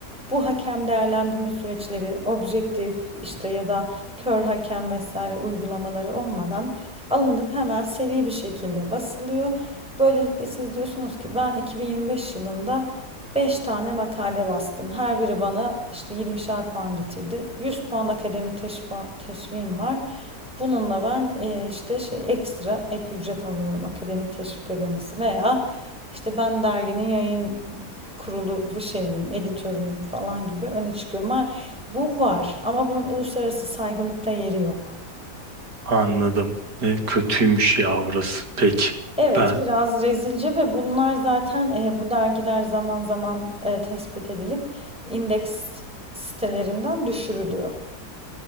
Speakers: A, in the centre; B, on the right.
A: Bu hakem değerlendirme süreçleri objektif işte ya da kör hakem vesaire uygulamaları olmadan alınıp hemen seri bir şekilde basılıyor. Böylelikle siz diyorsunuz ki ben 2025 yılında 5 tane makale bastım. Her biri bana işte 20'şer puan getirdi. 100 puan akademik teşvim var. Bununla ben eee, işte şey ekstra ek ücret alıyorum akademik teşvik ödemesi veya işte ben derginin yayın kurulu bu şeyim, editörüyüm falan gibi öne çıkıyorum. Ama bu var ama bunun uluslararası saygınlıkta yeri yok.
B: Anladım. E, kötüymüş
A: Hı hı.
B: ya orası. Peki.
A: Evet,
B: Ben
A: biraz rezilce ve bunlar zaten e, bu dergiler zaman zaman e, tespit edilip indeks sitelerinden düşürülüyor.